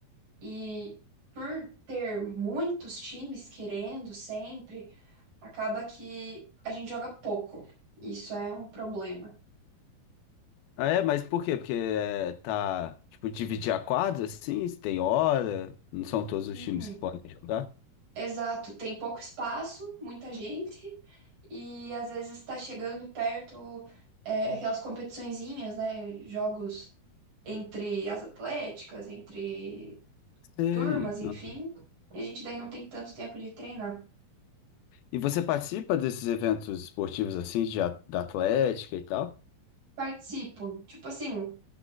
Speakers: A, on the right (about 60°); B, on the left (about 75°).
A: E por ter muitos times querendo sempre, acaba que a gente joga pouco. Isso é um problema.
B: Ah, é, mas por quê? Porque é, tá, tipo, dividir a quadra, assim, se tem hora, não são todos
A: Sim,
B: os times que podem jogar.
A: Exato, tem pouco espaço, muita gente, e às vezes está chegando perto é, aquelas competiçõezinhas, né? Jogos entre as atléticas, entre
B: Sei.
A: turmas, enfim,
B: Ah.
A: e a gente daí não tem tanto tempo de treinar.
B: E você participa desses eventos esportivos, assim, de, a- da Atlética e tal?
A: Participo, tipo assim,